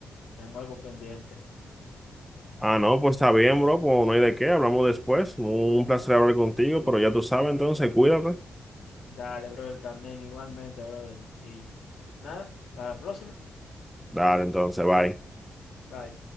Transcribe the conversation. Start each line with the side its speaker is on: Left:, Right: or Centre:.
Left: Tengo algo pendiente.
Centre: Ah, no, pues está bien, bro, pues no hay de qué, hablamos después. Un placer hablar contigo, pero ya tú sabes, entonces cuídate.
Left: Dale, brother, también igualmente, brother. Y nada, para la próxima.
Centre: Dale, entonces, bye.
Left: Bye.